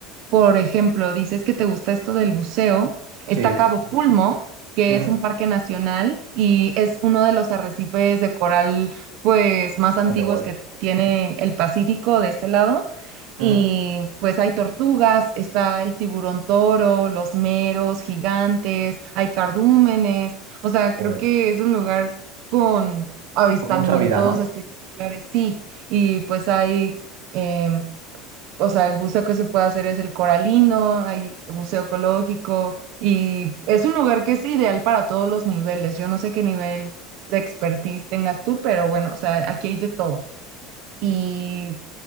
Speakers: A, on the right; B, on the right.
A: Por ejemplo, dices que te gusta esto del buceo.
B: Sí.
A: Está Cabo Pulmo, que
B: Mm.
A: es un parque nacional y es uno de los arrecifes de coral, pues, más antiguos
B: Ah, qué guay.
A: que tiene el Pacífico de este lado.
B: Mm.
A: Y pues hay tortugas, está el tiburón toro, los meros gigantes, hay cardúmenes. O sea,
B: Joder.
A: creo que es un lugar con avistamientos
B: Con mucha vida, ¿no?
A: espectaculares, sí. Y pues hay... em, o sea, el buceo que se puede hacer es el coralino, hay buceo ecológico y es un lugar que es ideal para todos los niveles. Yo no sé qué nivel de expertise tengas tú, pero bueno, o sea, aquí hay de todo. Y